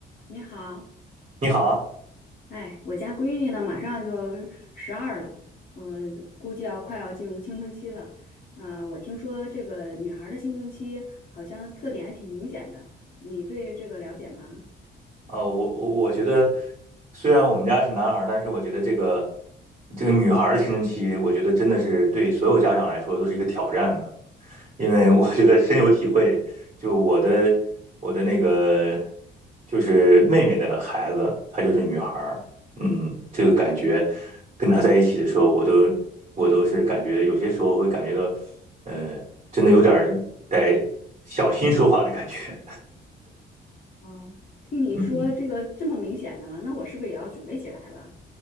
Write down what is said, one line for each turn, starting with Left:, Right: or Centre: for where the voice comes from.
Left: 你好，
Right: 你好啊，
Left: 哎，我家闺女呢，马上就十二了，我估计要快要进入青春期了。呃，我听说这个女孩儿的青春期好像特点还挺明显的，你对这个了解吗？
Right: 呃，我我我觉得，虽然我们家是男孩儿，但是我觉得这个这个女孩儿的青春期，我觉得真的是对所有家长来说都是一个挑战的，因为我觉得深有体会。就我的我的那个就是妹妹的孩子，她就是女孩儿，嗯，这个感觉跟她在一起的时候，我都我都是感觉有些时候会感觉到，呃，真的有点儿得小心说话的感觉，
Left: 哦，听你说这个这么明显的吗？
Right: <laughs> 嗯。
Left: 那我是不是也要准备起来了？